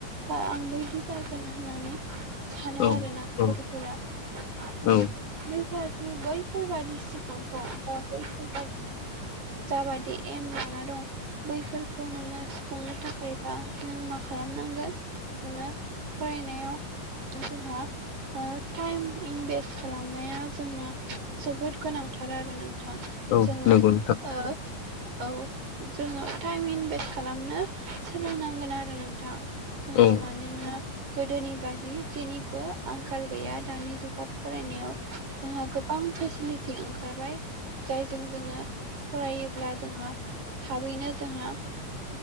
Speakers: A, on the right; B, on the left.
A: बा आं बैदि जागोन होननानै सानो
B: औ
A: आरो ना
B: औ
A: गथ'फोरा ओं
B: औ
A: <unintelligible> बैफोरबादि सिमांखौ
B: <unintelligible>
A: बैफोरबादि जाबादि एम लाना दं। बैफोरखौ नोङो सुफुंनो थाखायबा नों मा खालामनांगोन नोङा फरायनायाव ओं जोंहा ओ टाइम इनभेस्ट खालामनाया जोंना जोबोद गोनांथार आरो नों थां
B: औ
A: जोङो
B: नंगौ नोंथां
A: ओ औ जोङो टाइम इनभेस्ट खालामनो सोलोंनांगोन आरो नोंथां। जाहा
B: औ
A: मानोना गोदोनि बादि जेनिबो आंखाल गैया दानि जुगाव फरायनायाव। जोंहा गोबां फेसिलिटि ओंखारबाय जायजों जोङो फरायोब्ला जोंहा थाबैनो जोंहा